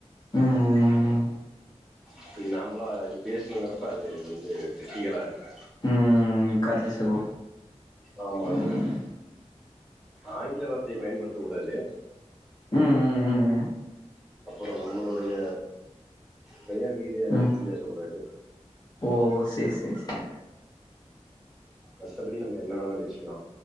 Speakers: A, on the left; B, in the centre.
A: ம் ம்
B: இப்டி நாம்பளா இது பேசணுங்கிறப்ப அது வந்து கிரிட்டிகலா இருக்கு
A: ம் ம் கரெக்ட்டு சகோ
B: ஆமா
A: ம்
B: சகோ ஆங்கில வார்த்தைய பயன்படுத்தக் கூடாது
A: ம் ம் ம் ம்
B: அப்புறோ நம்மளுடைய பெயர் வீடு எதை
A: ம்
B: பத்தி பேசக் கூடாது
A: ஓ சேரி சேரி சேரி
B: மத்தபடி நம்ம எனா வேணா பேசிக்கலா